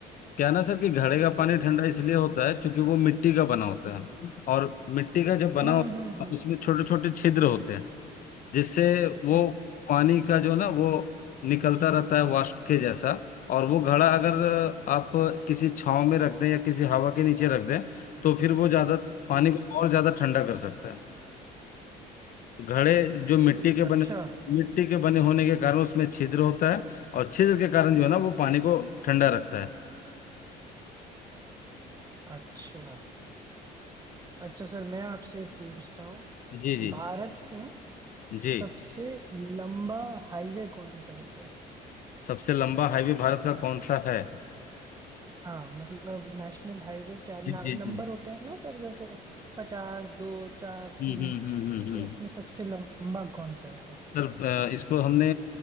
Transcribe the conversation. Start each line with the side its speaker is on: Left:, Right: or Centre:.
Left: क्या ना सर कि घड़े का पानी ठंडा इसलिए होता है क्योंकि वो मिट्टी का बना होता है और मिट्टी का जब बना
Right: हम्म
Left: होता
Right: हम्म हम्म
Left: है उसमें छोटे छोटे छिद्र होते हैं जिससे वो
Right: हम्म
Left: पानी का जो ना वो निकलता रहता है वाष्प के जैसा और वो घड़ा अगर आप किसी छांव में रख दें या किसी हवा के नीचे रख दें तो फिर वो ज्यादा पानी
Right: हम्म।
Left: को और ज्यादा ठंडा कर सकता है घड़े जो मिट्टी के
Right: अच्छा
Left: बने मिट्टी के बने होने के कारण उसमें छिद्र होता है और छिद्र के कारण जो है ना वो पानी को ठंडा रखता है
Right: अच्छा अच्छा सर मैं आपसे एक पूछता हूँ
Left: जी जी
Right: भारत में
Left: जी
Right: सबसे लंबा हाईवे कौन सा है सर
Left: सबसे लंबा हाईवे भारत का कौन सा है
Right: हाँ मतलब नेशनल हाईवे क्या न,
Left: जी जी
Right: नंबर
Left: जी
Right: होते हैं ना सर जैसे पचास दो चार
Left: हम्म
Right: तीन
Left: हम्म हम्म हम्म हम्म।
Right: तो उसमें सबसे लंबा कौन सा है सर
Left: सर अ, इसको हमने